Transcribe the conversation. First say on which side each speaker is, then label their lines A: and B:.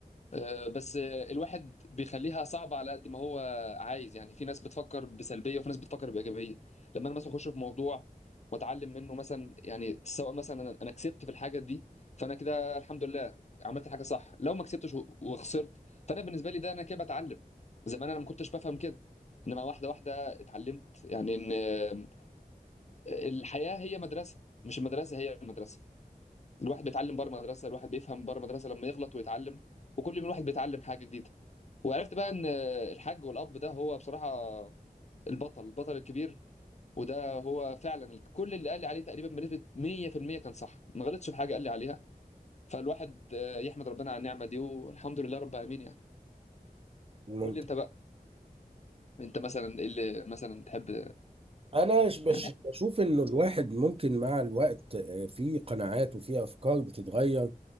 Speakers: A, on the left; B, on the right.
A: آه، بس آه، الواحد بيخليها صعبة على قد ما هو عايز يعني في ناس بتفكر بسلبية وفي ناس بتفكر بإيجابية لما أنا مثلا أخش في موضوع وأتعلم منه مثلا يعني سواء مثلا أنا أنا كسبت في الحاجة دي فأنا كده الحمد لله عملت الحاجة صح لو ما كسبتش و- وخسرت فأنا بالنسبة لي ده أنا كده بتعلم زمان أنا ما كنتش بفهم كده إنما واحدة واحدة اتعلمت يعني إن آه، الحياة هي مدرسة مش المدرسة هي المدرسة الواحد بيتعلم بره مدرسه الواحد بيفهم بره مدرسه لما يغلط ويتعلم وكل يوم الواحد بيتعلم حاجه جديده وعرفت بقى ان الحاج والاب ده هو بصراحه البطل البطل الكبير وده هو فعلا كل اللي قال لي عليه تقريبا بنسبه 100% كان صح ما غلطش في حاجه قال لي عليها فالواحد آه، يحمد ربنا على النعمه دي والحمد لله رب العالمين يعني
B: ممكن
A: قول لي انت بقى انت مثلا ايه اللي مثلا تحب
B: انا ش- بش-
A: يعني
B: بشوف انه الواحد ممكن مع الوقت آه، في قناعات وفي افكار بتتغير